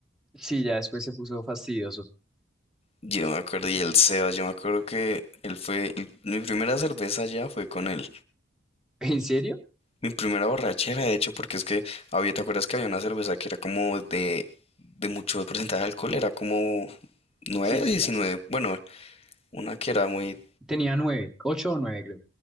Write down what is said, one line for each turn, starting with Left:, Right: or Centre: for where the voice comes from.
Centre: Sí, ya después se puso fastidioso.
Left: Yo me acuerdo, y el Sebas, yo me acuerdo que él fue. el- mi primera cerveza ya fue con él.
Centre: <laughs> ¿En serio?
Left: Mi primera borrachera, de hecho, porque es que había, ¿te acuerdas que había una cerveza que era como de, de mucho porcentaje de alcohol? Era como nueve,
Centre: Sí, sí,
Left: 19,
Centre: ya.
Left: bueno, una que era muy
Centre: Tenía nueve, ocho o nueve, creo.